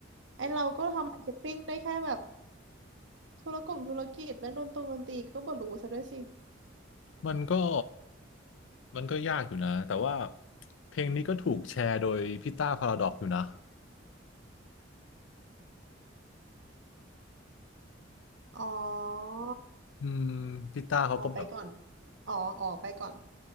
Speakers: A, on the right; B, on the left.
A: ไอเราก็ทำมาร์เก็ตติ้งได้แค่แบบธุรกงธุรกิจและดนตรงดนตรีก็บ่รู้ซะด้วยสิ
B: มันก็ มันก็ยากอยู่นะ แต่ว่าเพลงนี้ก็ถูกแชร์โดยพี่ต้าพาราดอกอยู่นะ
A: อ๋อ
B: อืมพี่ต้าเขาก็แบบ
A: ออกไปก่อนอ๋อออกไปก่อน